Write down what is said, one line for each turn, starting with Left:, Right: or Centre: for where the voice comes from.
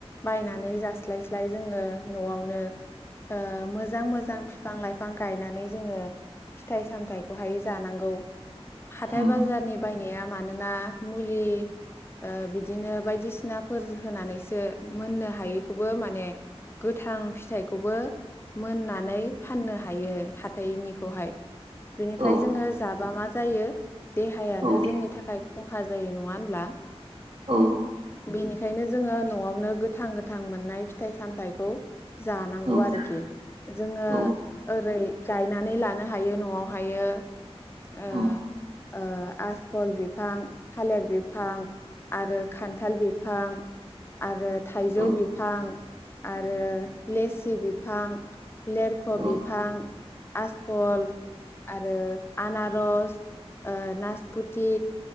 Left: बायनानै जास्लायस्लाय जोङो न'आवनो ओ मोजां मोजां फि फां लाइफां गायनानै जोङो फिथाइ सामथायखौहाय जानांगौ। हाथाय
Right: उम
Left: बाजारनि बायनाया मानोना मुलि ओ बिदिनो बायदिसिनाफोर होनानैसो मोननो हायैखौबो माने गोथां फिथाइखौबो मोननानै फाननो हायो हाथाइनिखौहाय। बेनिफ्राय
Right: औ
Left: जोङो जाबा मा जायो? देहायानो
Right: औ
Left: जोंनि थाखाय खहा जायो नङा होनब्ला?
Right: औ
Left: बेनिखायनो जोङो न'आवनो गोथां गोथां मोननाय फिथाइ सामथायाइखौ जानांगौ
Right: औ
Left: आरखि। जोङो
Right: औ
Left: ओरै गायनानै लानो हायो न'आवहायो ओ
Right: औ
Left: ओ आसफल बिफां थालिर बिफां आरो खान्थाल बिफां आरो थाइजौ
Right: औ
Left: बिफां आरो लेसि बिफां लेरख'
Right: औ
Left: बिफां आस पल आरो आनारस ओ नासपुथि